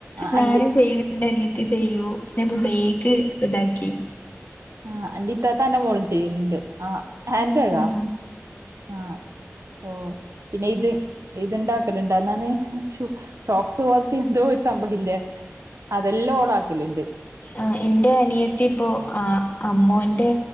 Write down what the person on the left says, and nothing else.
ഞാനു
ചെയ്യു ന്റെ അനിയത്തി ചെയ്യൂ പ്പബേഗ് ശെതാക്കി.
ഉം
ആഹ് ഇന്റെ അനിയത്തിപ്പോ ആ അമ്മോന്റെ.